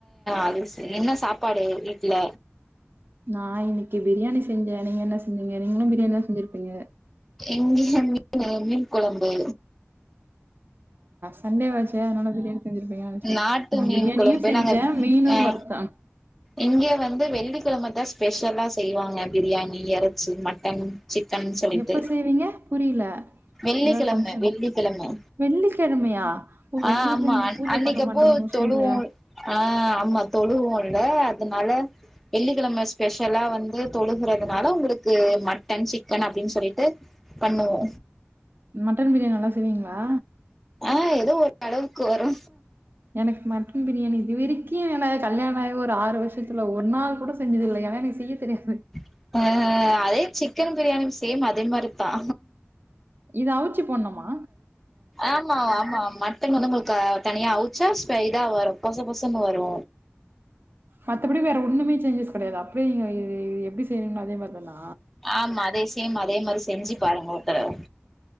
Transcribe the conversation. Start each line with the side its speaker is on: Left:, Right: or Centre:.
Centre: அது சே என்ன சாப்பாடு வீட்ல
Right: நா இன்னிக்கி பிரியாணி செஞ்சே நீங்க என்ன செஞ்சிங்க நீங்க நீங்களு பிரியாணி தா செஞ்சிருப்பிங்க
Centre: இங்கயா மீனு மீன் கொலம்பு
Right: சன்டேவாச்சே அதனால பிரியாணி செஞ்சிருப்பிங்க நெனச்சே
Centre: நாட்டு
Right: நா
Centre: மீன்
Right: பிரியாணியு
Centre: கொழம்பு
Right: செஞ்சே
Centre: நாங்க
Right: மீனு
Centre: ஆ
Right: வருத்தே
Centre: இங்க வந்து வெள்ளிக்கெழம தா ஸ்பெஷலா செய்வாங்க பிரியாணி எறச்சி மட்டன் சிக்கன் சொல்லிட்டு
Right: எப்ப செய்வீங்க புரில
Centre: வெள்ளிக்கெழம
Right: ஏதாவது ஃபங்க்ஷன்
Centre: வெள்ளிக்கெழம
Right: வெள்ளிக்கெழமையா ஓ
Centre: ஆ
Right: உங்களுக்கு
Centre: ஆமா
Right: நீங்க பூஜ
Centre: அன்னைக்
Right: பண்ண
Centre: அப்போ
Right: மாட்டீங்க முஸ்லீம்
Centre: தொழுவோ
Right: இல்லையா
Centre: ஆ ஆமா தொழுவோ ல அதனால வெள்ளிக்கெழம ஸ்பெஷலா வந்து தொழுகறதுனால உங்ளுக்கு மட்டன் சிக்கன் அப்டின்னு சொல்லிட்டு பண்ணுவோ
Right: மட்டன் பிரியாணி நல்லா செய்வீங்ளா
Centre: ஆ எதோ ஒர் அளவுக்கு வரு
Right: எனக் மட்டன் பிரியாணி இது வரிக்கு எனக் கல்யாண ஆயி ஒரு ஆறு வருஷத்ல ஒர் நாள் கூட செஞ்சதில்ல ஏனா எனக் செய்ய தெரியாத்
Centre: இப்ப அதே சிக் கன் பிரியாணியு சேம் அதே மாரித்தா
Right: இது அவுச்சி போட்ணும்மா
Centre: ஆமா ஆமா மட்டனு வந்து உங்ளுக்க தனியா அவுச்ச ஸ்பைடா வரு பொச பொசன்னு வரு
Right: மத்தபடி வேற ஒண்ணுமே சேஞ்சஸ் கெடயாத அப்டியே நீங்க இது இ எப்டி செய்வீங்ளோ அதே மாரி தானா
Centre: ஆமா அதே சேம் அதே மாரி செஞ்சு பாருங்க ஒருத்தடவ